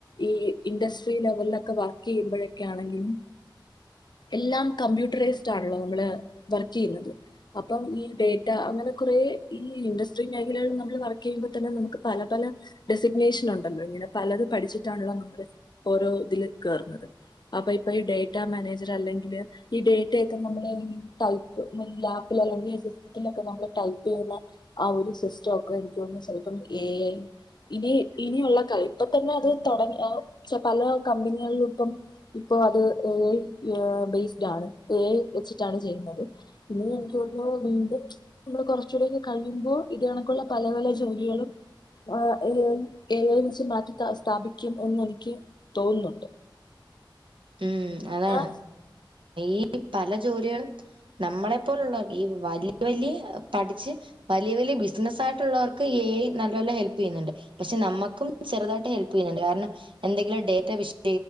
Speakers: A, on the left (about 60°); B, on the right (about 85°).
A: ഈ ഇൻഡസ്ട്രി ലെവലിലൊക്കെ വർക്ക് ചെയ്യുമ്പോഴൊക്കെ ആണെങ്കിലും. എല്ലാം കമ്പ്യൂട്ടറൈസ്ഡ ആണല്ലോ നമ്മള്. വർക്ക് ചെയ്യുന്നത് അപ്പം ഈ ഡേറ്റ അങ്ങനെ കുറേ ഈ ഇൻഡസ്ട്രി ങ്ങ് ആയി നമ്മൾ വർക്ക് ചെയ്യുമ്പോ തന്നെ നമുക്ക് പല പല. ഡെസിഗ്നേഷൻ ഉണ്ടല്ലോ ഇങ്ങനെ പലത് പഠിച്ചിട്ടാണല്ലോ നമ്മള് ഓരോ ഇതില് കേറുന്നത്. അപ്പൊ ഇപ്പൊ ഈ ഡേറ്റാ മാനേജർ അല്ലെങ്കില്. ഈ ഡേറ്റയൊക്കെ നമ്മള് ടൈപ്പ് ലാപ്പിൽ അല്ലെങ്കി. ലോക്കെ നമ്മൾ ടൈപ്പ് ചെയ്യുന്ന ആ ഒരു സിസ്റ്റം ഒക്കെ എനിക്ക് തന്നു ചിലപ്പോം എ ഐ. ഇനി ഇനിയുള്ള കാര് ഇപ്പൊ തന്നെ അത് തുടങ്ങി പല കമ്പനികളിലും ഇപ്പം. ഇപ്പോ അത് എ ഐ ബേസ്ഡ് ആണ് എ ഐ വെച്ചിട്ടാണ് ചെയ്യുന്നത്. പിന്നെ എനിക്ക് തോന്നുന്നു വീണ്ടും നമ്മള് കുറച്ചു കൂടെക്കെ കഴിയുമ്പോ ഇതണ പള്ള പല പല ജോലികളും. ആ ഏ ഐ വച്ച് മാറ്റി സ്ഥാപിക്കും എന്ന എനിക്ക്. തോന്നുന്നുണ്ട്.
B: ഉം
A: പിന്നെ
B: അതാണ് ഈ പല ജോലികളും. നമ്മളെപ്പോലുള്ള ഈ വലിയ വല്യ പഠിച്ച്. വലിയ വലിയ ബിസിനസ്സ ആയിട്ടുള്ളവർക്ക് നല്ലോ ലെ ഹെൽപ് ചെയ്യുന്നുണ്ട്. പക്ഷെ നമ്മക്കും ചെറുതായിട്ട് ഹെൽപ് ചെയ്യുന്നുണ്ട് കാരണം എന്തെങ്കിലും ഡേറ്റ വിഷ്